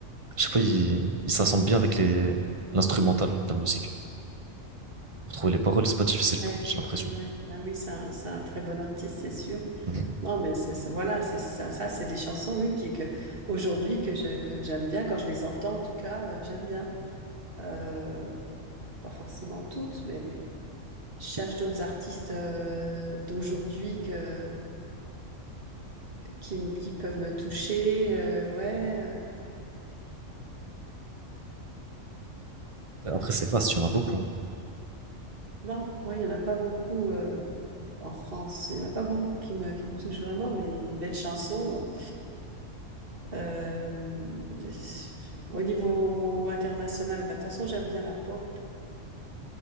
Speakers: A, on the right; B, on the right.
A: je sais pas, il, il s'assemble bien avec les, l'instrumental de la musique. Pour trouver les paroles, c'est pas difficile pour
B: ouais,
A: lui, j'ai l'impression.
B: ouais. ah oui, c'est un, c'est un très bon artiste, c'est sûr.
A: Mhm.
B: Non, mais c'est, c'est- voilà, c'est ça. Ça, c'est des chansons, oui, qui, que, aujourd'hui, que je, que j'aime bien. Quand je les entends, en tout cas, euh, j'aime bien. Euh, pas forcément toutes, mais. Je
A: C'est-
B: cherche d'autres artistes euh, d'aujourd'hui que, qui, me- qui peuvent me toucher. euh, ouais.
A: Après, après,
B: Amel
A: c'est vaste,
B: B.
A: il y en a beaucoup.
B: Non, moi, il n'y en a pas beaucoup euh, en France. Il n'y en a pas beaucoup qui me, qui me touchent vraiment, mais des belles chansons. Euh, de- au niveau international, bah, de toute façon, j'aime bien la pop,